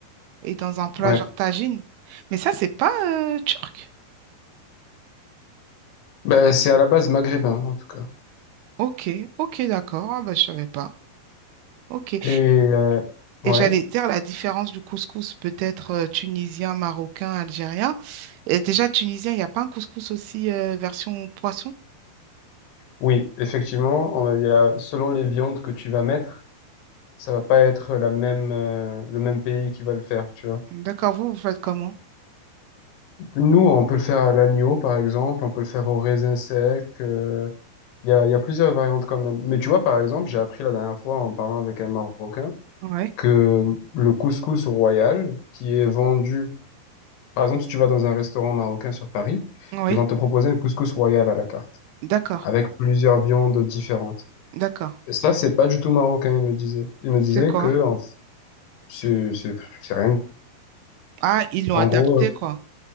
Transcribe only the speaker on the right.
et dans un plat
genre tagine. Mais ça, c'est pas euh, turc.
Ok, ok, d'accord, ah, bah, je savais pas. Ok. Et
Et j'allais dire la différence du couscous, peut-être euh, tunisien, marocain, algérien. Et déjà, tunisien, il n'y a pas un couscous aussi euh, version poisson?
D'accord, vous, vous faites comment?
Oui,
oui,
d'accord,
d'accord.
C'est
quoi?
Ah, ils l'ont
adapté,
quoi.